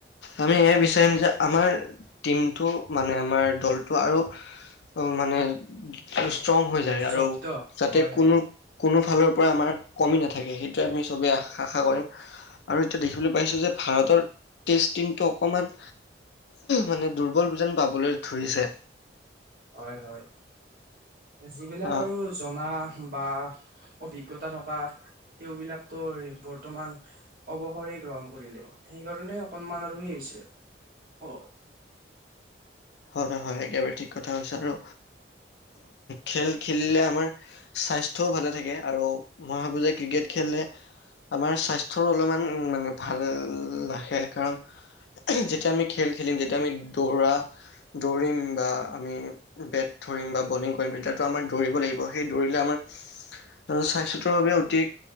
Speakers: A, on the left; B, on the right.
A: আমি এইয় বিচাৰিম যে আমাৰ- টিমটো মানে আমাৰ দলটো আৰু মানে ষ্ট্ৰং হৈ যায়
B: জব্দ
A: আৰু যাতে
B: হয়
A: কোনো
B: হয়
A: কোনো ফালৰ পৰা আমাৰ কমি নাথাকে সেইটোৱে আমি চবেই আশা কৰিম। আৰু এতিয়া দেখিবলৈ পাইছোঁ যে ভাৰতৰ টেষ্ট টিমটো অকণমান- মানে দুৰ্বল ব যেন পাবলৈ ধৰিছে
B: হয় হয় যিবিলাক
A: অ
B: আৰু জনা বা অভিজ্ঞতা থকা তেওঁবিলাকতো বৰ্তমান অৱসৰে গ্ৰহণ কৰিলে সেইকাৰণে অকনমান আৰু সেই হৈছে। অ
A: হয় হয় একেবাৰে ঠিক কথা হৈছে। আৰু খেল খেলিলে আমাৰ স্বাস্থ্যও ভালে থাকে আৰু মই ভাবোঁ যে ক্ৰিকেট খেলিলে- আমাৰ স্বাস্থ্যৰো অলপমান মানে ভাল ৰাখে কাৰণ- যেতিয়া আমি খেল খেলিম যেতিয়া আমি দৌৰা দৌৰিম বা আমি বেট ধৰিম বা বলিং কৰিম তেতিয়াতো আমাৰ দৌৰিব লাগিব। সেই দৌৰিলে আমাৰ- স্বাস্থ্যটোৰ বাবে অতি